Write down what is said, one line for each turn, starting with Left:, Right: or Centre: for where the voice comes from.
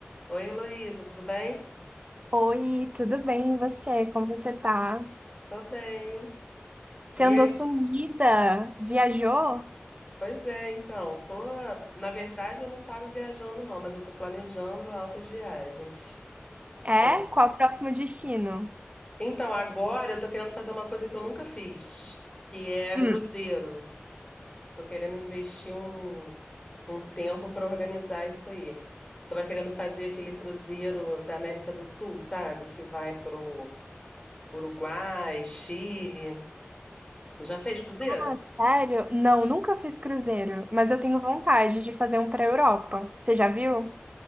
Left: Oi, Heloísa, tudo bem?
Right: Oi, tudo bem? E você? Como você tá?
Left: Tô bem.
Right: Você
Left: E
Right: andou
Left: aí?
Right: sumida? Viajou?
Left: Pois é, então, tô, na verdade eu não tava viajando não, mas eu tô planejando altas viagens.
Right: É?
Left: Eu-
Right: Qual o próximo destino?
Left: Então, agora eu tô querendo fazer uma coisa que eu nunca fiz, que é
Right: Hum.
Left: cruzeiro. Tô querendo investir um, um tempo para organizar isso aí. Tava querendo fazer aquele cruzeiro da América do Sul, sabe? Que vai pro Uruguai, Chile. Já fez cruzeiro?
Right: Ah, sério? Não, nunca fiz cruzeiro, mas eu tenho vontade de fazer um para Europa. Você já viu?